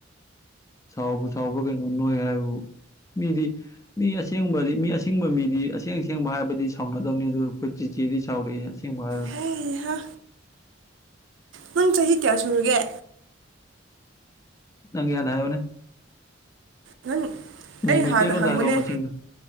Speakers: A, on the left (about 15°); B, on the right (about 70°).
A: ꯁꯥꯎꯕꯨ ꯁꯥꯎꯕ꯭ꯔ ꯀꯩꯅꯣ ꯅꯣꯏ ꯍꯥꯏꯕꯕꯨ ꯃꯤꯗꯤ ꯃꯤ ꯑꯁꯦꯡꯕꯗꯤ ꯃꯤ ꯑꯁꯤꯡꯕ ꯃꯤꯗꯤ ꯑꯁꯦꯡ ꯑꯁꯦꯡꯕ ꯍꯥꯏꯕꯗꯤ ꯁꯥꯎꯅꯗꯕꯥꯅꯤ ꯑꯗꯨ ꯑꯩꯈꯣꯏ ꯆꯤꯆꯦꯗꯤ ꯆꯥꯎꯔꯤ ꯑꯁꯦꯡꯕ ꯍꯥꯏꯔꯒꯥ
B: ꯍꯩꯍꯥ ꯅꯪ ꯆꯍꯤ ꯀꯌꯥ ꯁꯨꯔꯒꯦ
A: ꯅꯪꯒꯤ ꯍꯥꯟꯅꯥ ꯍꯥꯏꯔꯛꯑꯣꯅꯦ
B: ꯅꯪ ꯑꯩ
A: ꯃꯩꯇꯩꯔꯣꯟꯗ
B: ꯍꯥꯟꯅ ꯍꯪꯕꯅꯦ
A: ꯍꯥꯏꯔꯛꯑꯣ ꯃꯁꯤꯡꯗꯣ